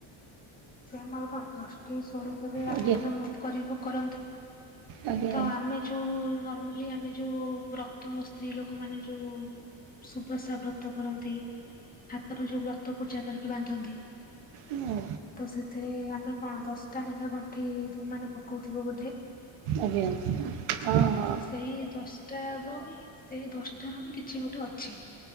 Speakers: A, on the left; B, on the right.
A: ସେ ମୋର କନ୍ତୁଷ୍ଟ। ଶକ୍ତି ସରୂପରେ ଆପନ
B: ଆଜ୍ଞା
A: କରିବୁ କରନ୍ତି
B: ଆଜ୍ଞା।
A: ତ ଆମେ ଯୋଉ ନର୍ମାଲି ଆମେ ଯୋଉ ବ୍ରତ ସ୍ତ୍ରୀ ଲୋକମାନେ ଯୋଉ ସୁଦଶା ବ୍ରତ କରନ୍ତି, ହାତରୁ ଯୋଉ ବ୍ରତ ପୂଜା କରିକି ବାନ୍ଧନ୍ତି।
B: ଉଁ।
A: ତ ସେଥିରେ ଆମେ କଣ ଦଶଟା ଲେଖା ଗଣ୍ଠି ତମେ ମାନେ ପକଉଥିବ ବୋଧେ
B: ଆଜ୍ଞା ହଁ ହଁ।
A: ସେଇ ଦଶଟାର ବି ସେଇ ଦଶଟାର ବି କିଛି ଗୋଟେ ଅଛି।